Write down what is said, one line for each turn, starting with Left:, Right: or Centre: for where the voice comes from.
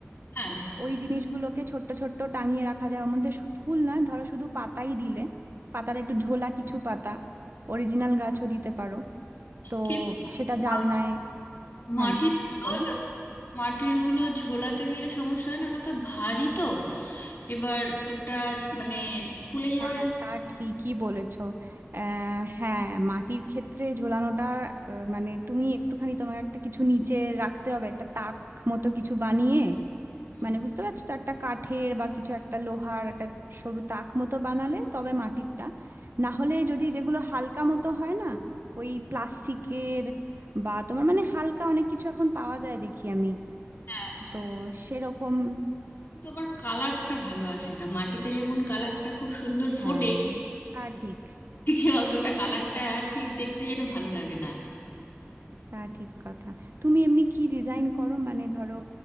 Left: হ্যাঁ
Right: ওই জিনিসগুলোকে ছোট্ট ছোট্ট টাঙিয়ে রাখা যায় ওর মধ্যে শু- ফুল না ধরো শুধু পাতাই দিলে পাতার একটু ঝোলা কিছু পাতা অরিজিনাল গাছও দিতে পারো তো
Left: কিন্তু
Right: সেটা জালনায়
Left: মা-
Right: হ্যাঁ
Left: মাটির গুলো
Right: বলো
Left: যখন মাটির গুলো ঝোলাতে গেলে সমস্যা হয় না ওটা তো ভারী তো এবার ওটা মানে খুলে যাওয়ার
Right: হ্যাঁ
Left: এরকম-
Right: তা ঠিকই বলেছো আহ হ্যাঁ মাটির ক্ষেত্রে ঝোলানোটা আহ, মানে তুমি একটুখানি তোমার একটা কিছু নিচে রাখতে হবে একটা তাক মতো কিছু বানিয়ে
Left: হুম,
Right: মানে বুঝতে পারছো তো একটা কাঠের বা কিছু একটা লোহার একটা সরু তাক মতো বানালে তবে মাটিরটা না হলে যদি যেগুলো হালকা মতো হয় না ওই প্লাস্টিকের বা তোমার মানে হালকা অনেক কিছু এখন পাওয়া যায় দেখি আমি
Left: হ্যাঁ
Right: তো সেরকম
Left: কিন্তু আবার কালারটা ভালো আসে না মাটিতে যেমন কালারটা খুব সুন্দর
Right: হ্যাঁ
Left: ফোটে
Right: তা ঠিক
Left: ঠিক অতটা কালারটা ঠিক দেখতে যেন ভালো লাগে না
Right: তা ঠিক কথা তুমি এমনি কি ডিজাইন করো মানে ধরো